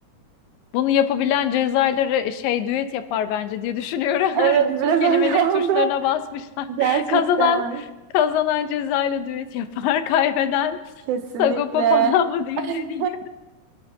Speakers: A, on the left; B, on the right.
A: Bunu yapabilen Cezayirleri şey düet yapar bence diye düşünüyorum.
B: Evet
A: <laughs> Öyle Bütün
B: biraz
A: kelimelerin
B: öyle <laughs> oldu.
A: tuşlarına basmışlar.
B: Gerçekten.
A: <laughs> Kazanan kazanan Cezayir'le düet yapar. <laughs> Kaybeden
B: Kesinlikle.
A: Sagopa falan mı diyeyim
B: <laughs>
A: ne diyeyim.